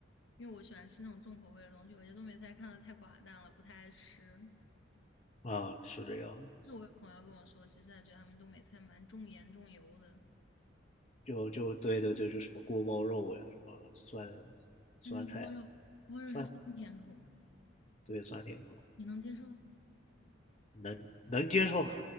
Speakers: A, on the left; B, on the left.
A: 因为我喜欢吃那种重口味的东西，我觉得东北菜看的太寡淡了，不太爱吃。
B: 啊，是这样。
A: 但是我有朋友跟我说，其实他觉得他们东北菜蛮重盐重油的，
B: 就就对对对，就什么锅包肉呀，什么酸酸菜
A: 但是锅包肉，锅包肉是酸甜口的，
B: 酸，对酸甜口，
A: 你能接受？
B: 能能接受。